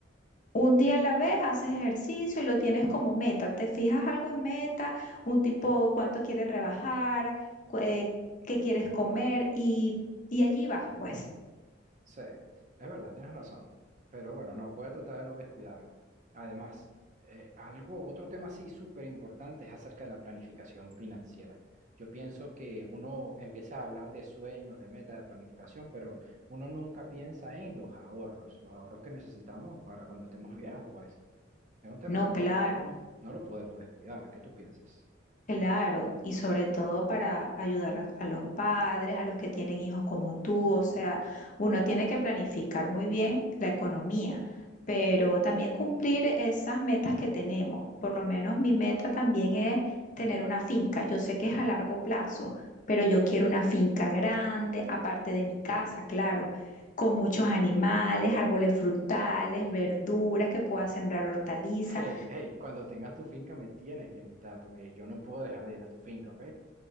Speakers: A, on the left; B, on the right.
A: Un día a la vez haces ejercicio y lo tienes como meta. Te fijas algo en meta, un tipo cuánto quieres rebajar, cu- eh, qué quieres comer y, y allí vas, pues.
B: Sí, es verdad, tienes razón. Pero bueno, no, voy a tratar de no descuidarlo. Además, eh, algo, otro tema sí súper importante es acerca de la planificación financiera. Yo pienso que uno empieza a hablar de sueños, de metas, de planificación, pero uno nunca piensa en los ahorros, los ahorros que necesitamos para cuando estemos viejos, pues. Es un tema
A: No,
B: que no,
A: claro.
B: po- no lo podemos descuidar. ¿Qué tú piensas?
A: Claro, y sobre todo para ayudar a, a los padres, a los que tienen hijos como tú, o sea, uno tiene que planificar muy bien la economía, pero también cumplir esas metas que tenemos. Por lo menos mi meta también es tener una finca. Yo sé que es a largo plazo, pero yo quiero una finca grande, aparte de mi casa, claro, con muchos animales, árboles frutales, verduras que pueda sembrar hortalizas.
B: Hey, hey, cuando tengas tu finca me tienes que invitar porque yo no puedo dejar de ir a tu finca, ¿ok?